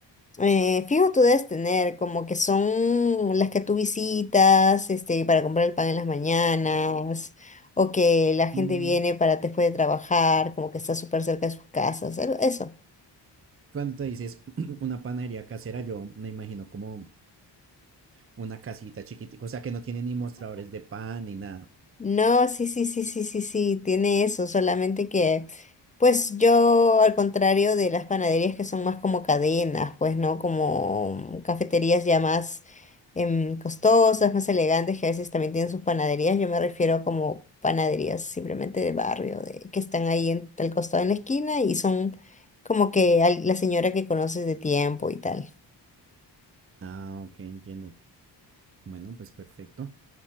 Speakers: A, on the left (about 20°); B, on the right (about 30°).
A: eh, fijo tú debes tener, como que son las que tú visitas, este, para comprar el pan en las mañanas, o que la gente
B: Mm,
A: viene para después de trabajar, como que está súper cerca de sus casas, algo- eso.
B: Cuando te dices <clears throat> una panadería casera, yo me imagino como una casita chiquitica, o sea que no tiene ni mostradores de pan ni nada.
A: No, sí, sí, sí, sí, sí, sí, tiene eso, solamente que, pues yo, al contrario de las panaderías que son más como cadenas, pues, ¿no? Como cafeterías ya más em, costosas, más elegantes, que a veces también tienen sus panaderías, yo me refiero a como panaderías simplemente de barrio, de, que están ahí en tal costado en la esquina y son como que al- la señora que conoces de tiempo y tal.
B: Ah, ok, entiendo. Bueno, pues perfecto.